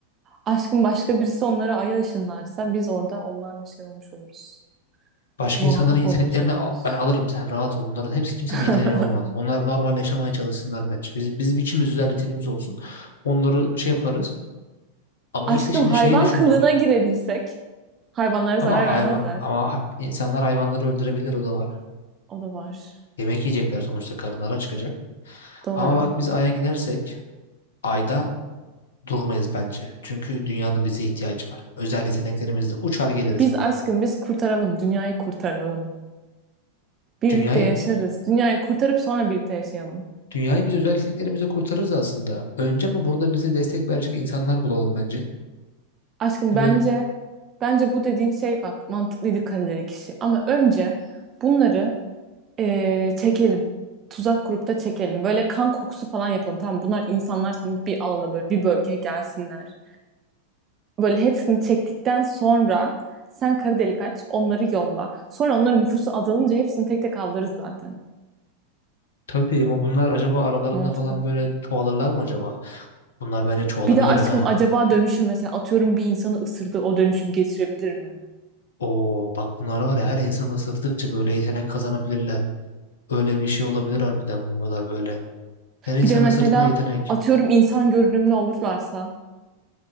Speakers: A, on the right; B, on the left.
A: Aşkım başka birisi onları aya ışınlarsa biz orada onlarla şey olmuş oluruz.
B: Başka
A: Muhatap
B: insanların yeteneklerini
A: olmuş oluruz.
B: a- ben alırım sen rahat ol. Onların hepsi kimsenin
A: <laughs>
B: yeteneği olmaz. Onlar normal yaşamaya çalışsınlar bence. Biz, bizim ikimiz özel yeteneğimiz olsun. Onları şey yaparız. Ama
A: Aşkım
B: işte şimdi
A: hayvan
B: şeyi düşündüm.
A: kılığına girebilsek hayvanlara zarar
B: Ama hayvan
A: vermezler.
B: ama insanlar hayvanları öldürebilir o da var.
A: O da var.
B: Yemek yiyecekler sonuçta karınlara çıkacak.
A: Doğru.
B: Ama bak biz Ay'a gidersek Ay'da durmayız bence. Çünkü dünyanın bize ihtiyacı var. Özel yeteneklerimizle uçar geliriz
A: Biz
B: bak.
A: aşkım biz kurtaralım, dünyayı kurtaralım. Birlikte
B: Dünyayı
A: yaşarız. Dünyayı kurtarıp sonra birlikte yaşayalım.
B: dünyayı biz özel yeteneklerimizle kurtarırız aslında. Önce ama burada bize destek verecek insanlar bulalım bence.
A: Aşkım
B: Tabii,
A: bence bence bu dediğin şey bak mantıklıydı kareleri kişi. Ama önce bunları eee, çekelim. Tuzak kurup da çekelim. Böyle kan kokusu falan yapalım. Tamam bunlar insanlar sanıp bir alana böyle bir bölgeye gelsinler. Böyle hepsini çektikten sonra sen kara delik aç onları yolla. Sonra onların nüfusu azalınca hepsini tek tek avlarız zaten.
B: tabii ama bunlar acaba aralarında
A: Mantıklı.
B: falan böyle çoğalırlar mı acaba? Bunlar bence çoğalabilir
A: Bir de aşkım
B: ha.
A: acaba dönüşüm mesela atıyorum bir insanı ısırdı o dönüşüm geçirebilir mi?
B: Oo bak bunlar var ya her insanı ısırttıkça böyle yetenek kazanabilirler. Öyle bir şey olabilir harbiden bunlar böyle. Her insanı
A: Bir de mesela
B: ısırdığında yetenek.
A: atıyorum insan görünümlü olurlarsa